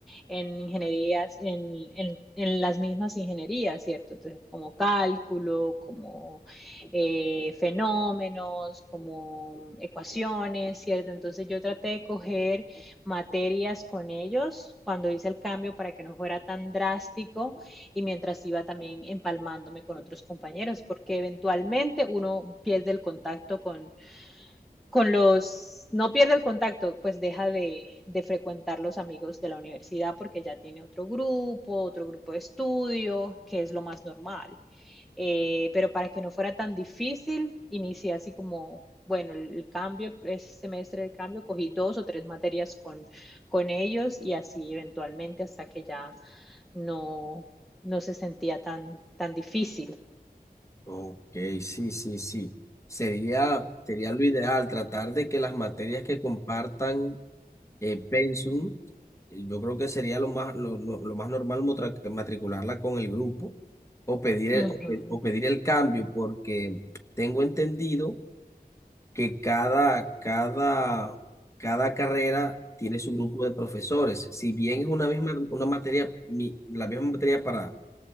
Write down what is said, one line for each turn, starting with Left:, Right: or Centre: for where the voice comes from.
Centre: en ingenierías, en, en, en las mismas ingenierías, ¿cierto? Entonces, como cálculo, como eh, fenómenos, como ecuaciones, ¿cierto? Entonces, yo traté de coger materias con ellos cuando hice el cambio para que no fuera tan drástico y mientras iba también empalmándome con otros compañeros, porque eventualmente uno pierde el contacto con con los, no pierde el contacto, pues deja de, de frecuentar los amigos de la universidad porque ya tiene otro grupo, otro grupo de estudio, que es lo más normal. Eh, pero para que no fuera tan difícil, inicié así como bueno, el cambio, ese semestre de cambio, cogí dos o tres materias con, con ellos y así eventualmente hasta que ya no, no se sentía tan, tan difícil.
Left: Ok, sí, sí, sí. Sería, sería lo ideal tratar de que las materias que compartan eh, pensum Yo creo que sería lo más, lo, lo- lo más normal motra- matricularla con el grupo o pedir el,
Centre: Uh
Left: o
Centre: -huh,
Left: pe- o pedir el cambio, porque tengo entendido que cada, cada, cada carrera tiene su grupo de profesores. Si bien es una misma, una materia, mi- la misma materia para